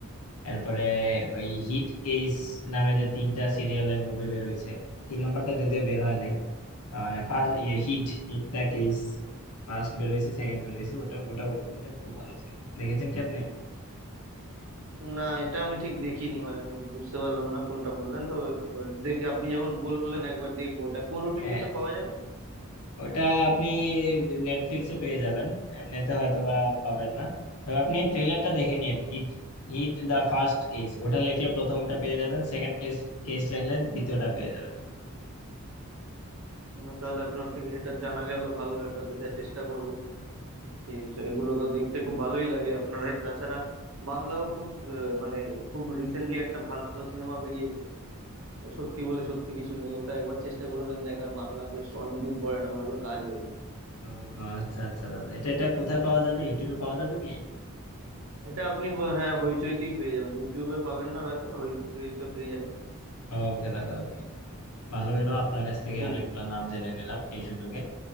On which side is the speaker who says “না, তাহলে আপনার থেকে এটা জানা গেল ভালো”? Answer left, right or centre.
Right